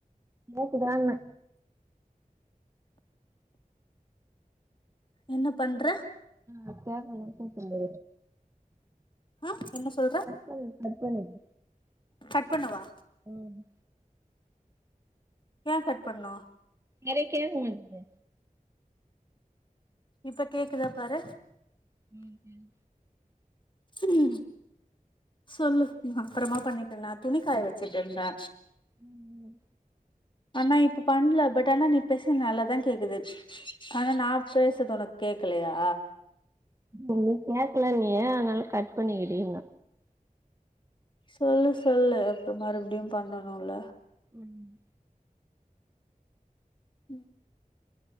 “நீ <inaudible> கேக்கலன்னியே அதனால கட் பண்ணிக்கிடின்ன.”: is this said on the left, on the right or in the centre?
Right